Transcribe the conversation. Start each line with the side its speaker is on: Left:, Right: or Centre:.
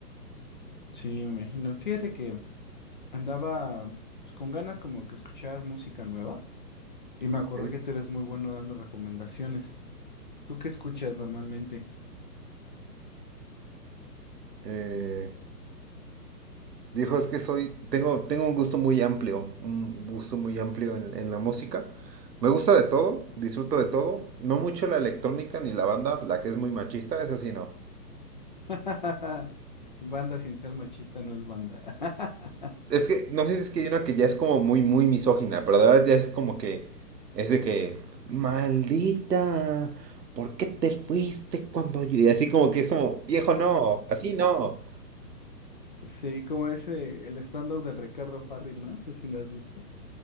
Left: Sí, me imagino. Fíjate que andaba pues, con ganas como que escuchar música nueva y me
Right: Ok.
Left: acordé que tú eres muy bueno dando recomendaciones. ¿Tú qué escuchas normalmente?
Right: Eh, viejo, es que soy, tengo, tengo un gusto muy amplio, un gusto muy amplio en, en la música. Me gusta de todo, disfruto de todo. No mucho la electrónica ni la banda, la que es muy machista, esa sí no.
Left: <laughs> Banda sin ser machista no es banda. <laughs>
Right: Es que, no sé si es que hay una que ya es como muy, muy misógina, pero de verdad ya es como que, es de que, maldita, ¿por qué te fuiste cuando yo? Y así como que es como, viejo, no, así no.
Left: Sí, como ese, el stand-up del Ricardo Farril, ¿no? No sé si lo has visto.